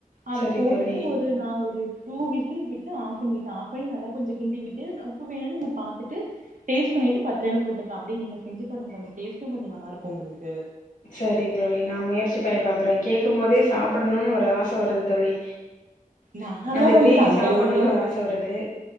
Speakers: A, on the right; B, on the left.
A: அதுப்
B: சரி
A: போட்டுட்டு
B: தோழி
A: ஒரு நா ஒரு டூ விசில் விட்டு ஆஃப் பண்ணிட்ட ஆஃப் ஆயி நல்லா கொஞ்சோ கிண்டி விட்டு ந உப்பு வேணா நீங்க பாத்துட்டு டேஸ்ட் பண்ணிட்டு பத்தலன்னா போட்டுக்லா அப்டி நீங்க செஞ்சி பாருங்க கொஞ்சோ டேஸ்ட்டு கொஞ்சோ நல்லாருக்கு உங்களுக்கு
B: சரி தோழி நா முயற்சி பண்ணி பாக்குற கேக்கும் போதே சாப்டனூன்னு ஒரு ஆச வருது தோழி
A: நாலா
B: அந்த
A: வந்துட்டு
B: கிரேவி
A: அந்த
B: சாப்பனுன்
A: அளவுக்குலா
B: ஒரு ஆச வருது